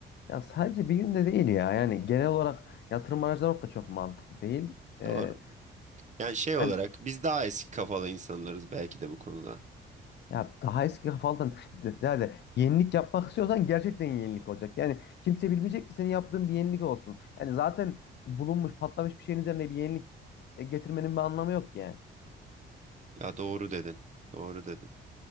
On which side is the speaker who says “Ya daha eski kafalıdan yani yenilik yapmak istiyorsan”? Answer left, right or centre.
Left